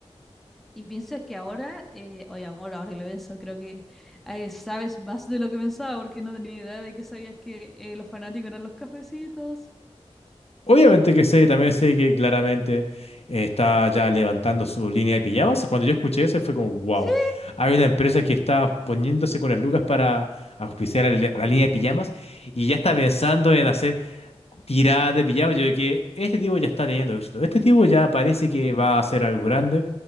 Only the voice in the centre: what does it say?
Y piensas que ahora, eh, oye amor, ahora que lo pienso, creo que eh, sabes más de lo que pensaba porque no tenía idea de que sabías que eh, los fanáticos eran los cafecitos.
Sí,